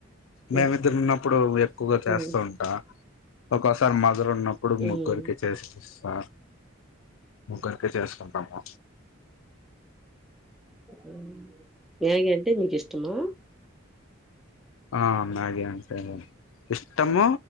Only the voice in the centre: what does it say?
హ్మ్
హ్మ్
హ్మ్
అ మ్యాగీ అంటే మీకు ఇష్టమా